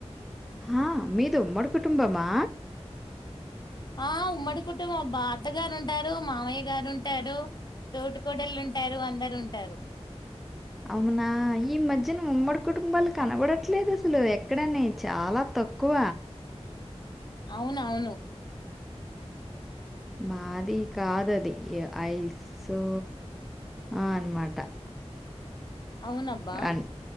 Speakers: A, in the centre; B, on the left.
A: ఆ మీది ఉమ్మడి కుటుంబమా
B: ఆ ఉమ్మడి కుటుంబం అబ్బా అత్త గారు ఉంటారు మామయ్య గారు ఉంటారు తోటి కోడలు ఉంటారు అందరు ఉంటారు
A: అవునా ఈ మధ్యన ఉమ్మడి కుటుంబలు కనబడట్లేదు, అసలు ఎక్కడని చాలా తక్కువ
B: అవునవును
A: మాది కాదది ఐ సో ఆ అనమాట
B: అవునబ్బా
A: అన్-